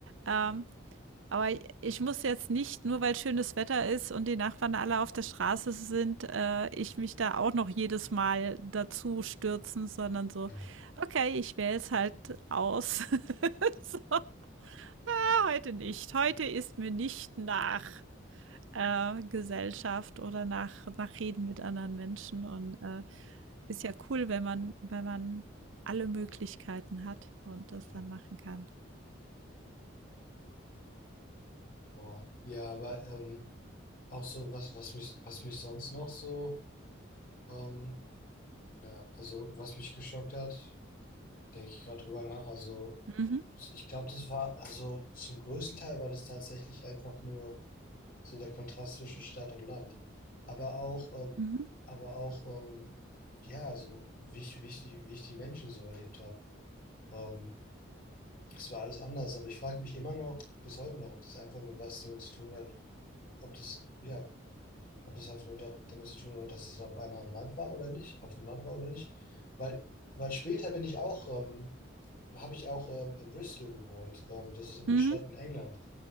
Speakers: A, on the right (about 75°); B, on the left (about 45°).
A: Ähm, aber ich muss jetzt nicht, nur weil schönes Wetter ist und die Nachbarn alle auf der Straße sind, äh, ich mich da auch noch jedes Mal dazu stürzen, sondern so:
B: mhm.
A: „Okay, ich wähle es halt aus. <laughs> So, Ja, heute nicht. Heute ist mir nicht nach.“ äh, Gesellschaft oder nach nach Reden mit anderen Menschen und, äh, ist ja cool, wenn man wenn man alle Möglichkeiten hat und das
B: Ja,
A: dann machen kann.
B: boah. Ja, aber ähm, Auch so, was, was mich, was mich sonst noch so, ähm, ja, also was mich geschockt hat, denke ich gerade drüber nach. Also
A: Mhm,
B: ich glaube, das war, also zum größten Teil war das tatsächlich einfach nur so der Kontrast zwischen Stadt und Land. Aber auch, ähm,
A: mhm,
B: aber auch, ähm, ja, also wie ich, wie ich die, wie ich die Menschen so erlebt habe. Ähm, es war alles anders. Aber ich frage mich immer noch, bis heute noch, ob das einfach nur was damit zu tun hat, ob das, ja, ob das einfach nur da, damit zu tun hat, dass es auf einmal im Land war oder nicht, auf dem Land war oder nicht. Weil, weil später bin ich auch, ähm, habe ich auch ähm, in Bristol gewohnt. Ähm, das ist eine
A: mhm.
B: Stadt in England.